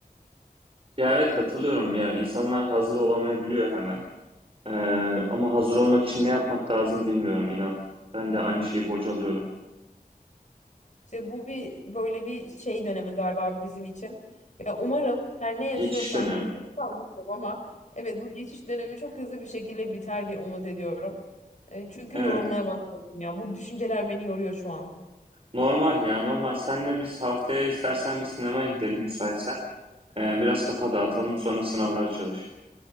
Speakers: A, on the right; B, on the left.
A: Ya evet katılıyorum. Yani insanlar hazır olamayabiliyor hemen. Ee, ama hazır olmak için ne yapmak lazım bilmiyorum inan. Ben de aynı şeyi bocalıyorum.
B: İşte bu bir böyle bir şey dönemi galiba bizim için. Ya umarım her ne yaşıyorsam
A: Geçiş dönemi.
B: <laughs> sanmıyorum ama evet bu geçiş dönemi çok hızlı bir şekilde biter diye umut ediyorum. E, çünkü
A: Evet.
B: yorulmaya başladım ya. Bu düşünceler beni yoruyor şu an.
A: Normal ya normal. Senle biz haftaya istersen bir sinemaya gidelim müsaitsen. Ee, biraz kafa dağıtalım sonra sınavlara çalış.